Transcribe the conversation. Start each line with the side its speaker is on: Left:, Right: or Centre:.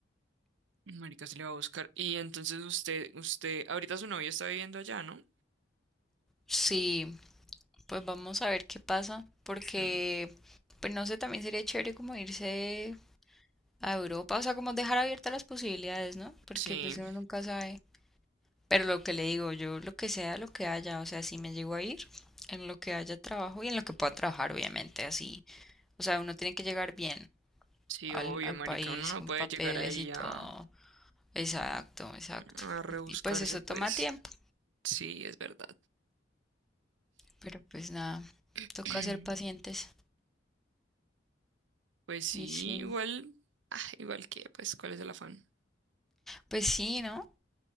Right: Marica se le va a buscar. Y entonces usted, usted, ahorita su novia está viviendo allá, ¿no?
Centre: Sí, pues vamos a ver qué pasa. Porque,
Right: Mm,
Centre: pues no sé, también sería chévere como irse a Europa. O sea, como dejar abiertas las posibilidades, ¿no? Porque
Right: Sí,
Centre: pues uno nunca sabe. Pero lo que le digo, yo lo que sea, lo que haya, o sea, si me llego a ir, en lo que haya trabajo y en lo que pueda trabajar, obviamente, así. O sea, uno tiene que llegar bien
Right: sí,
Centre: al,
Right: obvio,
Centre: al
Right: marica,
Centre: país
Right: uno no
Centre: con
Right: puede
Centre: papeles
Right: llegar ahí
Centre: y todo.
Right: a,
Centre: Exacto, exacto.
Right: a rebuscarse,
Centre: Y pues eso
Right: pues
Centre: toma tiempo,
Right: sí, es verdad.
Centre: pero pues nada,
Right: <clears throat>
Centre: toca ser pacientes.
Right: Pues sí,
Centre: Y sí,
Right: igual, ah, igual que, pues, ¿cuál es el afán?
Centre: pues sí, ¿no?